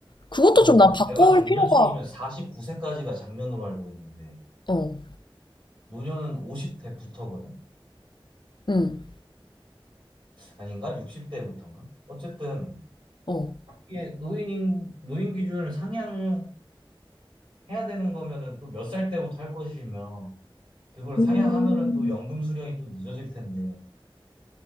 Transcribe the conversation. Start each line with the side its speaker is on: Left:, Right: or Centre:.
Left: 그것도
Right: 그래서
Left: 좀
Right: 어,
Left: 난 바꿀
Right: 내가 장년층이면
Left: 필요가,
Right: 49세까지가 장년으로 알고 있는데,
Left: 어,
Right: 노년은 50대부터거든?
Left: 응,
Right: 아닌가? 60대부터인가? 어쨌든,
Left: 어.
Right: 이게 노인인 노인 기준을 상향해야 되는 거면은 또 몇 살 때부터 할 것이며 그걸 상향하면은
Left: 음.
Right: 또 연금 수령이 또 늦어질 텐데